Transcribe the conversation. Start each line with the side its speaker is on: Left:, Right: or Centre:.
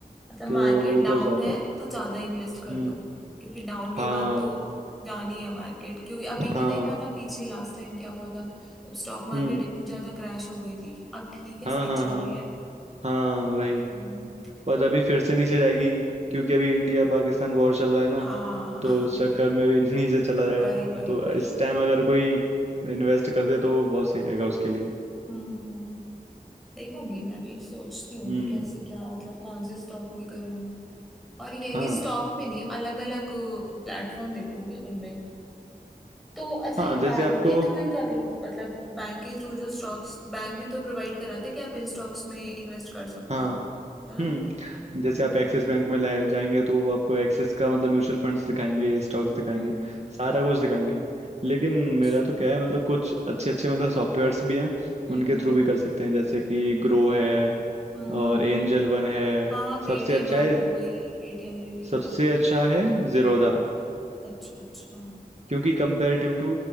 Centre: मतलब मार्केट
Right: तो ऊपर
Centre: डाउन
Right: जाता
Centre: है
Right: है
Centre: तो ज्यादा इन्वेस्ट कर
Right: हम्म
Centre: दो क्योंकि डाउन के
Right: हाँ
Centre: बाद तो जानी है मार्केट क्योंकि अभी ने
Right: हाँ
Centre: देखा था पीछे लास्ट टाइम क्या हुआ था अब स्टॉक मार्केट
Right: हम्म
Centre: इतनी ज्यादा क्रैश हो गई थी अब ठीक है
Right: हाँ
Centre: सही
Right: हाँ
Centre: चल
Right: हाँ
Centre: रही है
Right: हाँ वही
Centre: हम्म,
Right: और अभी फिर से नीचे जाएगी क्योंकि अभी इंडिया पाकिस्तान वॉर चल रहा है ना
Centre: हाँ हाँ
Right: तो
Centre: हाँ
Right: उस चक्कर में भी <laughs> नीचे चला जाएगा
Centre: भाई भाई
Right: तो
Centre: भाई
Right: इस टाइम अगर कोई इन्वेस्ट कर दे तो वो बहुत सही रहेगा उसके लिए
Centre: हम्म हम्म, देखूंगी मैं भी सोचती हूँ
Right: हम्म
Centre: कैसे क्या मतलब कौन से स्टॉक में करूँ और ये है
Right: हाँ
Centre: कि स्टॉक में नहीं अलग अलग प्लेटफॉर्म देखूंगी उनमें तो अच्छा
Right: हाँ
Centre: ये
Right: जैसे
Centre: बैंक
Right: आपको
Centre: के थ्रू ही कर लूं मतलब बैंक के थ्रू जो स्टॉक्स बैंक भी तो प्रोवाइड कराते हैं कि आप इन स्टॉक्स में इन्वेस्ट कर सकते
Right: हाँ
Centre: हो है ना
Right: हम्म
Centre: हम्म
Right: जैसे आप एक्सिस बैंक में लाए जाएंगे तो वो आपको एक्सिस का मतलब म्यूचुअल फंड्स दिखाएंगे स्टॉक्स
Centre: हम्म
Right: दिखाएंगे सारा कुछ दिखाएंगे लेकिन
Centre: अच्छा
Right: मेरा तो
Centre: हम्म
Right: क्या है मतलब कुछ अच्छे अच्छे मतलब सॉफ्टवेयर्स भी हैं
Centre: हम्म
Right: उनके थ्रू भी कर सकते हैं जैसे कि ग्रो है
Centre: हम्म
Right: और
Centre: हम्म
Right: एंजल
Centre: हम्म।
Right: वन है
Centre: हाँ पेटीएम
Right: सबसे अच्छा
Centre: ऐप
Right: है
Centre: हो गई पेटीएम भी भी
Right: सबसे
Centre: है
Right: अच्छा है
Centre: हम्म
Right: जीरोधा
Centre: अच्छा अच्छा हम्म
Right: क्योंकि कंपेरेटिव टू